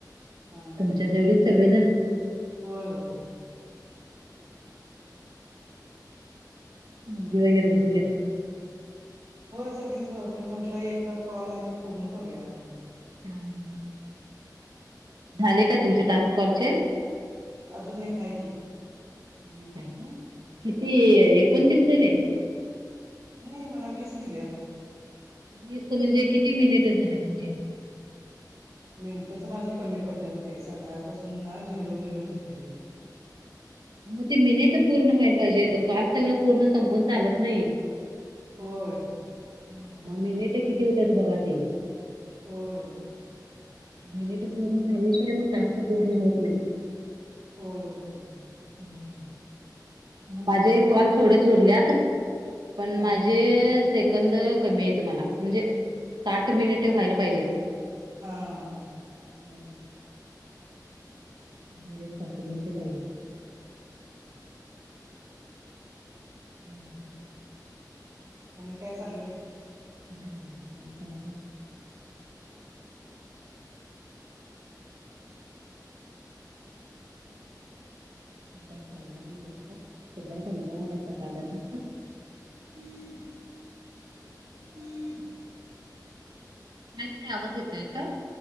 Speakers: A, on the right; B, on the right.
A: हा
B: तुमच्यात जेवलीत सगळेजण.
A: होय होय
B: मुलगी वगैरे झोपलीत.
A: होय सगळी झोपली म्हंटलं एक कॉल आहे तो पूर्ण करूया.
B: हा हा. झाले काय तुमचे टास्क कॉल चे?
A: अजून एक हाय की.
B: एक आहे का किती एकोणतीस झाले?
A: नाही मला वीस दिलेत.
B: म म्हणजे किती मिनिट झाली तुमचे.
A: मिनटच माझे कमी पडलेत ते सकाळपासून ना झेरू झेरूच गेले ते.
B: मग ते मिनिट पूर्ण व्हायला पाहिजेेत काल सगळं पूर्ण संपवून चालत नाही.
A: होय.
B: हा मग मिनिट किती होतात बावा ते.
A: होय होय.
B: मिनिट पूर्ण झाल्याशिवाय मग तास तर पूर्ण होत नाही.
A: होय होय.
B: हम्म. माझे कॉल थोडेच उरलेत पण
A: हा
B: माझेे से कध कमी येत मला म्हणजे साठ मिनिटे व्हायला पाहिजेत.
A: हा हा.
B: हम्म. म्हजे साठ मिनट पाहिज. म आणि काय?
A: आणि काय चाललेय.
B: कात का <inaudible> काही करणार नाही आहे सध्याला कंट्रय सकाळधरण हः.
A: हमम हम <inaudible>
B: काहीतरी आवाज येतय काय.